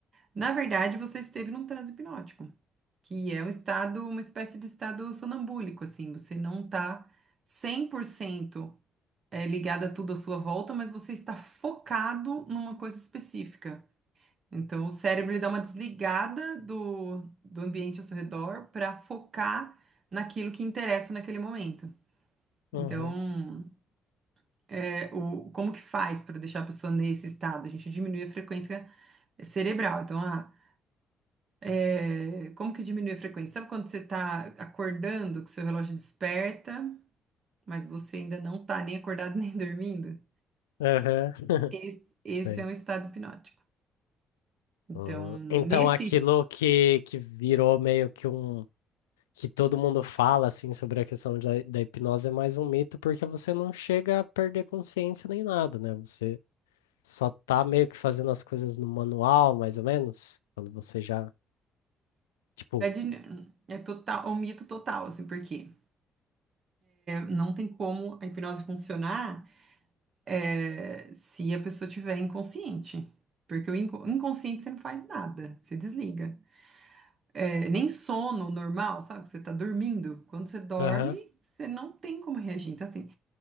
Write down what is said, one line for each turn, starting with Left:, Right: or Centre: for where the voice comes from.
Right: Na verdade, você esteve num transe hipnótico, que é um estado, uma espécie de estado sonambúlico, assim, você não está 100% eh, ligado a tudo à sua volta, mas você está focado numa coisa específica. Então, o cérebro ele dá uma desligada do, do ambiente ao seu redor para focar naquilo que interessa naquele momento.
Left: Uhum,
Right: Então, é, o, como que faz para deixar a pessoa nesse estado? A gente diminui a frequência cerebral. Então, ah, é, como que diminui a frequência? Sabe quando você está acordando, que seu relógio desperta, mas você ainda não está nem acordado <laughs> nem dormindo?
Left: aham, <laughs>
Right: Esse, esse é um
Left: sei.
Right: estado hipnótico. Então,
Left: Hum,
Right: nesse
Left: Então, aquilo que, que virou meio que um. que todo mundo fala, assim, sobre a questão da, da hipnose é mais um mito, porque você não chega a perder consciência nem nada, né? Você só tá meio que fazendo as coisas no manual, mais ou menos, quando você já. Tipo,
Right: é, de- é total, é um mito total, assim, porque Não tem como a hipnose funcionar, eh, se a pessoa tiver inconsciente, porque o inco- inconsciente você não faz nada, você desliga. Eh, nem sono normal, sabe? Você tá dormindo. Quando você dorme,
Left: aham,
Right: você não tem como reagir. Então, assim,